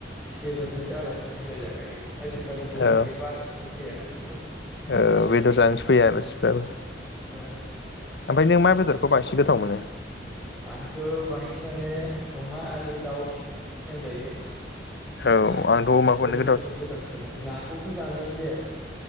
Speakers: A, in the centre; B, on the left.
A: बेदरजोंसो आलासि बुजायो दा मायो आजिखालि बेदर
B: औ
A: गैयाबा आलासि फैयाना
B: औ बेदर जानो फैयो आलासिफ्राबो
A: ओ
B: ओमफाय नों मा बेदरखौ बांसिन गोथाव मोनो?
A: आंथ' बांसिनानो अमा आरो दाउ होनजायो।
B: औ आंथ' अमाखौनो
A: बिसोर मोननैखौ गोथावसिन मोनो नाखौथ' जानायानो जाया।